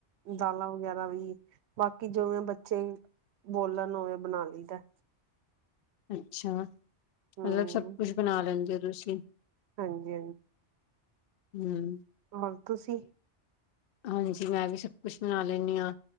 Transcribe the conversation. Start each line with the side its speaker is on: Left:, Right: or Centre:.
Right: ਦਾਲਾਂ ਵਗੈਰਾ ਵੀ ਬਾਕੀ ਜਿਵੇਂ ਬੱਚੇ ਬੋਲਣ ਉਵੇਂ ਬਣਾ ਲਈ ਦਾ
Left: ਅੱਛਾ
Right: ਹਮ
Left: ਮਤਲਬ ਸਭ ਕੁਛ ਬਣਾ ਲੈਂਦੇ ਹੋ ਤੁਸੀਂ
Right: ਹਾਂਜੀ
Left: ਹਮ
Right: ਹੁਣ ਤੁਸੀਂ
Left: ਹਾਂਜੀ ਮੈਂ ਵੀ ਸਭ ਕੁਛ ਬਣਾ ਲੈਂਦੀ ਹਾਂ